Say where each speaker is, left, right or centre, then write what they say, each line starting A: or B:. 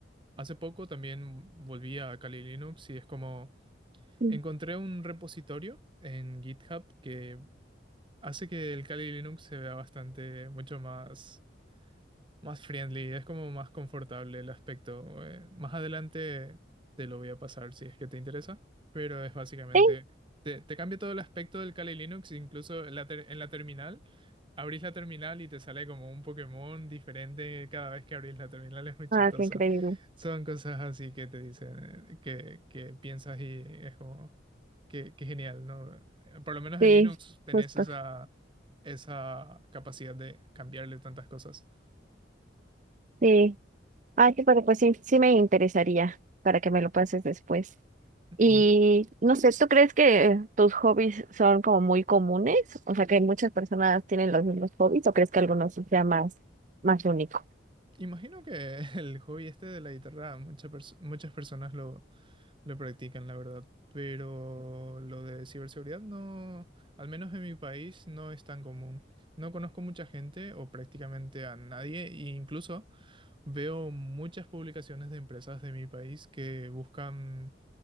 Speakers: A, on the right (about 25°); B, on the right (about 40°).
A: Hace poco también volví a Kali Linux y es como
B: Mm.
A: encontré un repositorio en GitHub que hace que el Kali Linux se vea bastante, mucho más más friendly, es como más confortable el aspecto. eh. Más adelante te lo voy a pasar si es que te interesa, pero es básicamente,
B: Sí.
A: te, te cambia todo el aspecto del Kali Linux, incluso en la, ter- en la terminal, abrís la terminal y te sale como un Pokémon diferente cada vez que abrís la terminal, es muy chistoso.
B: Ah, qué increíble.
A: Son cosas así que te dicen, eh, que, que piensas y es como, que, que genial, ¿no? Eh, Por lo menos
B: Sí,
A: en Linux tenés
B: justo.
A: esa, esa capacidad de cambiarle tantas cosas.
B: Sí. Ah, sí, pero pues sí, sí me interesaría para que me lo pases después.
A: <laughs>
B: Y no sé, ¿tú crees que tus hobbies son como muy comunes? O sea, que muchas personas tienen los mismos hobbies, ¿o crees que algunos sí sea más, más único?
A: Imagino que <laughs> el hobby este de la guitarra mucha perso- muchas personas lo, lo practican, la verdad. Pero lo de ciberseguridad no, al menos en mi país, no es tan común. No conozco mucha gente o prácticamente a nadie, e incluso veo muchas publicaciones de empresas de mi país que buscan